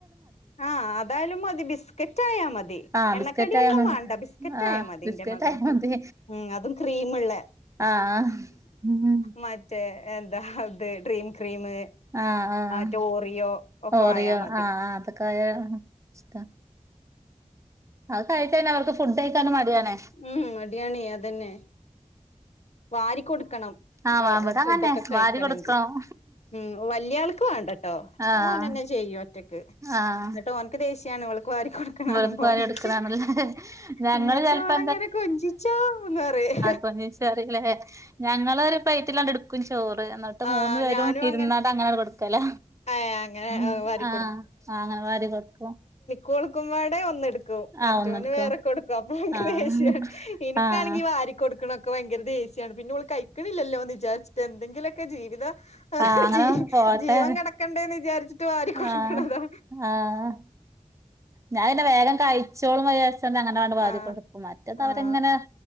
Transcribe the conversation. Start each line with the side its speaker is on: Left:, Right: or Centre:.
Left: ആഹ് അതായാലും മതി ബിസ്കറ്റായ മതി
Right: ആഹ്
Left: എണ്ണക്കടിയൊന്നും
Right: ബിസ്കറ്റായാ മതി
Left: വേണ്ട ബിസ്ക്കറ്റ്
Right: ആഹ്
Left: ആയ മതി
Right: ബിസ്കറ്റായാ
Left: ഇന്റെ മകൾക്ക്
Right: മതി
Left: ഉം അതും ക്രീമ്ള്ളെ
Right: ആഹ് ഉം
Left: മറ്റേ എന്താ ഇത് ഡ്രീം ക്രീം
Right: ആഹ് ആഹ്
Left: മറ്റെ ഓറിയോ ഒക്കെ
Right: ഓറിയോ
Left: ആയാ മടി
Right: ആഹ് അതൊക്കെ അ ഇശ്ട്ട അതൊക്കെ ആയിട്ടന്നെ അവർക്ക് ഫുഡ് കഴിക്കാനും മടിയാണ്
Left: ഉം മടിയാണേ അതന്നെ വാരി കൊടുക്കണം
Right: ആഹ് ഇവടങ്ങന്നെ
Left: ഫുഡൊക്കെ കഴിക്കണെങ്കി
Right: വാരി കൊടുക്കണം
Left: ഉം വല്ല്യാൾക്ക് വേണ്ട ട്ടോ
Right: ആഹ്
Left: അഹ് ഓനന്നെ ചെയ്യും ഒറ്റക്ക്
Right: ആഹ്
Left: ഇന്നെട്ട് ഓൻക്ക് ദേഷ്യാണ് അവൾക്ക് വാരി കൊടുക്ക ണേ കാണുമ്പോ
Right: വെളുക്കുവാരി
Left: ഇമ്മച്ചി
Right: എടുക്കണാണല്ലേ ഞങ്ങള്
Left: ഇമ്മച്ചി
Right: ചെലപ്പോ
Left: ഓളങ്ങനെ കൊഞ്ചിച്ചോന്ന് പറയും
Right: കൊഞ്ചിച്ചോ പറിയിലെ? ഞങ്ങളൊരു പ്ലൈറ്റിലാണ്ട് ഇട്ക്കും ചോറ് എന്നിട്ട്
Left: ആഹ്
Right: മൂന്ന് പേരും
Left: ഞാനും
Right: ഇരുന്നാണ്ട്
Left: അങ്ങനെ
Right: അങ്ങനാണ്ട് കൊടുക്ക ല
Left: ഏഹ് അങ്ങനെ
Right: ഉം
Left: വാരി
Right: ആഹ് അങ്ങനെ വാരി കൊടുക്കും
Left: കൊടുക്കുമ്പാടെ ഒന്നെടു ക്കും മറ്റോന്
Right: ആഹ് ഒന്നെടുക്കും
Left: വേറെ കൊടുക്കും അപ്പൊ ഇൻക്ക്
Right: ആഹ്
Left: ദേഷ്യാണ് ഇനിക്കാണെങ്കി
Right: ആഹ്
Left: വാരി കൊ ടുണക്കെ ഭയങ്കര ദേശ്യാണ് പിന്നെ ഓള് കഴിക്ക്ണില്ലല്ലോന്ന് വിചാരിച്ചിട്ട് എന്തെങ്കിലൊ ക്കെ ജീവിതം
Right: ആഹ് അങ്ങനെ
Left: ജീവ
Right: പോട്ടെ
Left: ജീവൻ കെടക്ക ണ്ടേന്ന് വിചാരിച്ചിട്ട് വാരി കൊടുക്ക്ണതാ
Right: ആഹ് ആഹ് ഞാൻ പിന്നെ വേഗം കഴിച്ചോളും വിചാരിച്ചാണ്ട് അങ്ങനാണ്ട് വാരി
Left: ആഹ്
Right: കൊടുക്കും മറ്റെത് അവര്ങ്ങനെ
Left: ആഹ്